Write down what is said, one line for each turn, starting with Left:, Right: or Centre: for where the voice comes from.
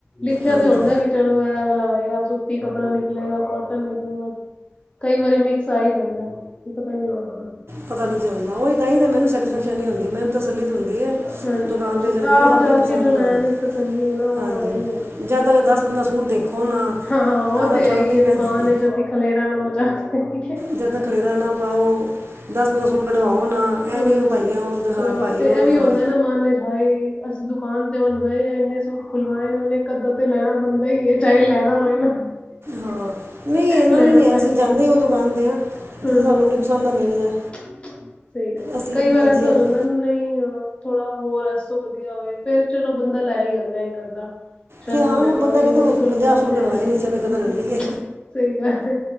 Left: ਲਿਖਿਆ
Right: ਹਾਂਜੀ
Left: ਤੇ ਹੁੰਦਾ ਚਲੋ, ਇਹ ਵਾਲਾ ਹੋਏਗਾ, ਸੂਤੀ ਕੱਪੜਾ ਨਿਕਲੇਗਾ, ਕੋਟਨ ਨਿਕਲੇਗਾ, ਕਈ ਵਾਰੀ ਮਿਕਸ ਸਹੀ ਰਹਿੰਦਾ ਵੀ ਪਤਾ ਨੀ ਲੱਗਦਾ।
Right: ਪਤਾ ਨਹੀਂ ਚੱਲਦਾ ਉਹੀ ਤਾਂ ਹੀ ਤਾਂ ਮੈਨੂੰ ਸੈਟਿਸਫੈਕਸ਼ਨ ਨਹੀਂ ਹੁੰਦੀ ਮੈਨੂੰ ਤਸੱਲੀ ਤਾਂ ਹੁੰਦੀ ਹੈ
Left: ਹਾਂਜੀ-ਹਾਂਜੀ
Right: ਦੁਕਾਨ 'ਤੇ ਜਾਂਦੀ
Left: ਆਪ
Right: ਹਾਂ ਆਪਣੀ
Left: ਜਾ
Right: ਪਸੰਦ
Left: ਕੇ ਕਿ ਜੋ ਲੈਣ
Right: ਦਾ
Left: ਤਸੱਲੀ ਹੈ ਨਾ, ਉਹ
Right: ਹਾਂਜੀ
Left: ਆਵੇਂ ਨੀ ਹੁੰਦੀ।
Right: ਜਦ ਤੱਕ ਦਸ ਪੰਦਰਾਂ ਸੂਟ ਦੇਖੋ ਨਾ
Left: ਹਾਂ-ਹਾਂ, ਉਹ
Right: ਤਾਂ ਤਾਂ
Left: ਤੇ
Right: ਠੰਡ
Left: ਹੈ ਹੀ,
Right: ਨਹੀਂ ਪੈਂਦੀ
Left: ਦੁਕਾਨ ਵਿੱਚ ਅਸੀਂ ਖਲੇਰਾਾਂ ਨਾ ਮਚਾ ਕੇ ਆਇਏ।
Right: ਜਦ ਤੱਕ ਖਲੇਰਾ ਨਾ ਪਾਓ ਦਸ ਪੰਦਰਾਂ ਸੂਟ ਕਢਵਾਓ ਨਾ ਇਹ
Left: ਹਾਂਜੀ।
Right: ਨਹੀਂ ਉਹ ਭਾਈਆ ਉਹ ਦਿਖਾ
Left: ਹਾਂ,
Right: ਭਾਈ
Left: ਤੇ
Right: ਉਹ
Left: ਏ ਵੀ
Right: ਦਿਖਾ
Left: ਉਂਦਾ ਏਨਾ ਮਨ ਇਚ, ਅਸੀਂ ਦੁਕਾਨ ਤੇ ਹੁਣ ਗਏ ਆ ਇੰਨੇ ਸੂਟ ਖੁਲਵਾਏ ਨੇ ਹੁਣ ਇਕ ਅੱਧਾ ਤਾਂ ਲੈਣਾ ਪੈਣਾ। ਬੰਦਾ ਹੀ ਹੈ ਚਾਹੇ ਲੈਣਾ ਹੋਏ ਨਾ
Right: ਹਾਂ ਨਹੀਂ ਇੰਨਾ
Left: ਲੈਣਾ
Right: ਵੀ ਨਹੀਂ ਹੈ
Left: ਪਏ।
Right: ਅਸੀਂ ਜਾਂਦੇ ਹੀ ਉਹ ਦੁਕਾਨ ਤੇ ਆ। ਜਿੱਥੇ
Left: ਹੂੰ,
Right: ਸਾਨੂੰ ਕੋਈ ਪਸੰਦ ਦਾ ਮਿਲ ਜਾ
Left: ਸਹੀ ਗੱਲ ਹੈ,
Right: ਅਸੀਂ
Left: ਕਈ ਵਾਰ
Right: ਹਾਂਜੀ
Left: ਐਸਾ
Right: ਹਾਂਜੀ
Left: ਹੋ ਜਾਂਦਾ ਨਹੀਂ ਯਾਰ। ਥੋੜਾ ਹੋਰ ਇਸ ਤੋਂ ਵਧੀਆ ਹੋਵੇ, ਫਿਰ ਚਲੋ ਬੰਦਾ ਲੈ ਹੀ ਅਆਂਦਾ ਇਕ-ਅੱਧਾ। ਸ਼ਰਮ
Right: ਫਿਰ ਹਾਂ
Left: ਦੇ ਮਾਰੇ
Right: ਬੰਦਾ ਕਹਿੰਦਾ
Left: ਇੰਨੇ ਖੁਲਵਾਏ
Right: ਸੂਟ
Left: ਨੇ,
Right: ਕਢਵਾਏ
Left: ਹਾ
Right: ਚਲੋ ਕਦਰ ਲੈ ਲਈਏ
Left: ਸਹੀ ਗੱਲ ਏ।